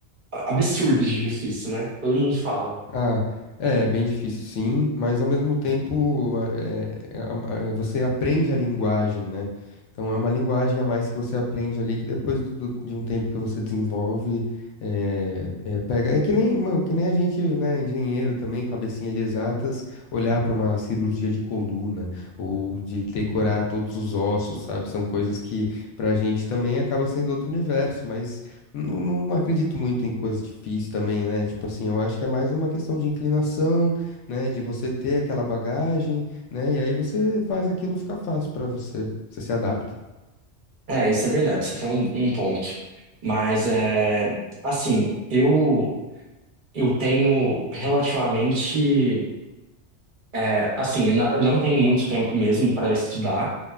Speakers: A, on the right; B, on the left.
A: absurdo de difícil, né? Todo mundo fala.
B: Ah, é bem difícil, sim, mas ao mesmo tempo a- é- é é, você aprende a linguagem, né? Então é uma linguagem a mais que você aprende ali que depois do- do- de um tempo que você desenvolve, é, é, pega. É que nem, mano, que nem a gente, né, engenheiro também, cabecinha de exatas, olhar para uma cirurgia de coluna ou de decorar todos os ossos, sabe? São coisas que pra gente também acaba sendo outro universo, mas não, não acredito muito em coisas difíceis também, né? Tipo assim, eu acho que é mais uma questão de inclinação, né? De você ter aquela bagagem, né? E aí você faz aquilo ficar fácil pra você. Você se adapta.
A: É, isso é verdade, você tem um, um ponto. Mas, é, assim, eu, eu tenho relativamente. É, assim, eu não eu não tenho muito tempo mesmo para estudar.